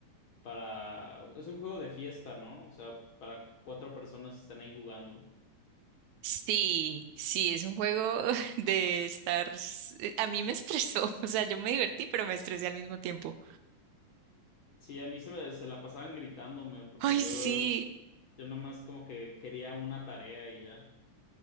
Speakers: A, on the left; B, on the right.
A: para... Es un juego de fiesta, ¿no? O sea, para que cuatro personas estén ahí jugando.
B: Sí, sí, es un juego <laughs> de estar... eh, A mí me estresó, <laughs> o sea, yo me divertí, pero me estresé al mismo tiempo.
A: Sí, a mí se me, se la pasaban gritándome porque
B: Ay,
A: yo,
B: sí,
A: yo nada más como que quería una tarea y ya.